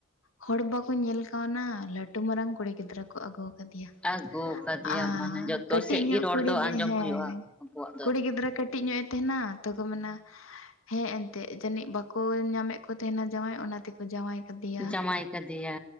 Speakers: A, on the left; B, in the centre.
A: ᱦᱚᱲ ᱵᱟᱠᱚ ᱧᱮᱞ ᱠᱟᱣᱱᱟ ᱞᱟᱹᱴᱩ ᱢᱟᱨᱟᱝ ᱠᱩᱲᱤ ᱜᱤᱫᱽᱨᱟᱹ ᱠᱚ ᱟᱹᱜᱩ ᱠᱟᱫᱮᱭᱟ
B: ᱟᱹᱜᱩ ᱠᱟᱫᱮᱭᱟᱢ
A: ᱟᱨ
B: ᱢᱟᱱᱮ ᱡᱚᱛᱚ
A: ᱠᱟᱹᱴᱤᱡ
B: ᱥᱮᱫ
A: ᱧᱚᱜ
B: ᱜᱮ ᱨᱚᱲ
A: ᱠᱩᱲᱤ
B: ᱫᱚ
A: ᱜᱮ
B: ᱟᱸᱡᱚᱢ
A: ᱦᱮᱸ
B: ᱦᱩᱭᱩᱜᱼᱟ ᱾ ᱩᱱᱠᱩᱣᱟᱜ ᱫᱚ
A: ᱠᱩᱲᱤ ᱜᱤᱫᱽᱨᱟᱹ ᱠᱟᱹᱴᱤᱡ ᱧᱚᱜ ᱮ ᱛᱟᱦᱮᱸᱱᱟ ᱛᱚ ᱠᱚ ᱢᱮᱱᱟ ᱦᱮᱸ ᱮᱱᱛᱮᱫ ᱡᱟᱹᱱᱤᱡ ᱵᱟᱠᱚ ᱠᱚ ᱧᱟᱢᱮᱫ ᱠᱚ ᱛᱟᱦᱮᱸᱱᱟ ᱡᱟᱶᱟᱭ ᱚᱱᱟᱛᱮᱠᱚ ᱡᱟᱶᱟᱭ ᱠᱟᱫᱮᱭᱟ
B: ᱡᱟᱶᱟᱭ
A: ᱾
B: ᱠᱟᱫᱮᱭᱟ